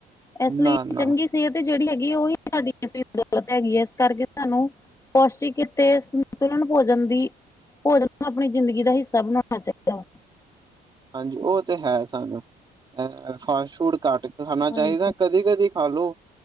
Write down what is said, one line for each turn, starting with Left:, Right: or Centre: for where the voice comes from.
Left: ਇਸ ਲਈ
Right: ਨਾ- ਨਾ
Left: ਚੰਗੀ ਸਿਹਤ ਜਿਹੜੀ ਹੈਗੀ ਉਹੀ ਸਾਡੀ ਅਸਲੀ ਦੌਲਤ ਹੈਗੀ ਐ ਇਸ ਕਰਕੇ ਸਾਨੂੰ ਪੌਸ਼ਟਿਕ ਤੇ ਸੰਤੁਲਨ ਭੋਜਨ ਦੀ, ਭੋਜਨ ਨੂੰ ਆਪਣੀ ਜ਼ਿੰਦਗੀ ਦਾ ਹਿੱਸਾ ਬਣਾਉਣਾ ਚਾਹੀਦਾ। ਦਾ
Right: ਹਾਂਜੀ ਓ ਤਾਂ ਹੈ ਸਾਨੂੰ, ਅ ਫਾਸਟ ਫੂਡ ਘੱਟ ਖਾਣਾ
Left: ਹਾਂਜੀ
Right: ਚਾਹੀਦਾ ਕਦੀ- ਕਦੀ ਹੈਲੋ,